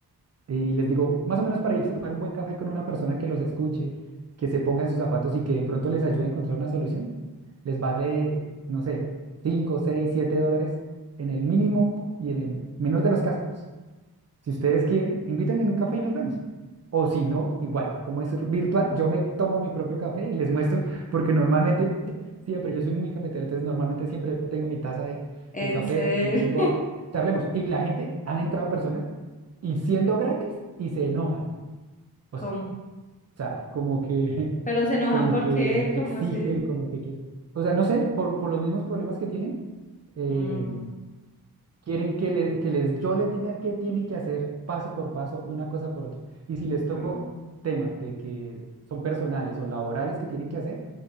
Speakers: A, on the right; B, on the left.
A: y les digo, más o menos para irse a tomar un buen café con una persona que los escuche, que se ponga en sus zapatos y que de pronto les ayude a encontrar una solución, les vale, no sé, 5 6 7 dólares en el mínimo y en el menor de los casos. Si ustedes quieren, invítenme en un café y nos vemos. O si no, igual, como es virtual, yo me tomo mi propio café y les muestro, porque normalmente siempre, yo soy muy cafetero, entonces normalmente siempre tengo mi taza de,
B: ¿En
A: de café
B: serio?
A: y les digo,
B: <laughs>
A: charlemos. Y la gente, han entrado personas y siendo gratis y se enojan. O
B: ¿Cómo?
A: sea, como que, <laughs>
B: Pero se enojan
A: como
B: porque,
A: que exigen,
B: ¿cómo así?
A: como que quieren. O sea, no sé, por, por los mismos problemas que tienen, eh,
B: Mm,
A: Quieren que, le- que les, yo les diga qué tienen que hacer paso por paso, una cosa por otra. Y si les
B: no.
A: toco temas de que son personales o laborales que tienen que hacer,